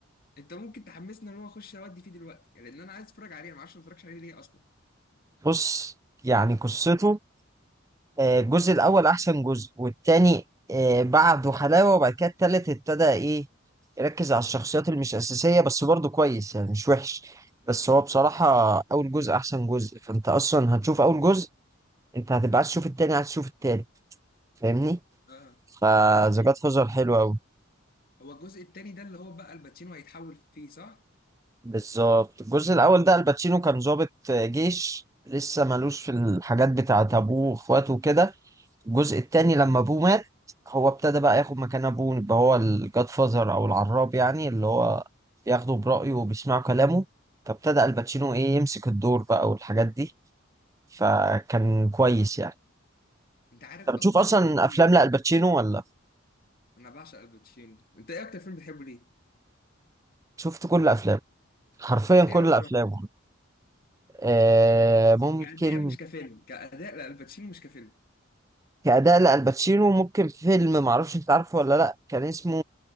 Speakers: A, on the left; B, on the right.
A: انت ممكن تحمسنا ان هو اخش اودي فيه دلوقتي يعني لان انا عايز اتفرج عليه انا ما اعرفش ما اتفرجش عليه ليه اصلا
B: بص يعني قصته آه، الجزء الاول احسن جزء والتاني آه، بعده حلاوه
A: <laughs>
B: وبعد كده التالت ابتدى ايه يركز على الشخصيات اللي مش اساسيه بس برضه كويس يعني مش وحش بس هو بصراحه اول جزء احسن جزء فانت اصلا هتشوف اول جزء انت هتبقى عايز تشوف التاني عايز تشوف التالت فاهمني
A: اه
B: فذا
A: عامة
B: جاد فازر حلو قوي
A: هو الجزء التاني ده اللي هو بقى الباتشينو هيتحول فيه صح؟
B: بالظبط الجزء الاول ده الباتشينو كان ضابط جيش لسه مالوش في الحاجات بتاعت ابوه واخواته وكده الجزء التاني لما ابوه مات هو ابتدى بقى ياخد مكان ابوه يبقى هو الجاد فازر او العراب يعني اللي هو بياخده برأيه وبيسمعوا كلامه فابتدى الباتشينو ايه يمسك الدور بقى والحاجات دي فكان كويس يعني
A: انت عارف
B: انت
A: اصلا
B: بتشوف اصلا
A: في ال...
B: افلام لألباتشينو ولا
A: انا بعشق الباتشينو انت ايه اكتر فيلم بتحبه ليه؟
B: شفت كل افلامه حرفيا كل
A: ايه اكتر
B: افلامه آه، ممكن
A: كأداء مش كفيلم كأداء لا الباتشينو مش كفيلم
B: كأداء لألباتشينو ممكن فيلم معرفش انت عارفه ولا لأ كان اسمه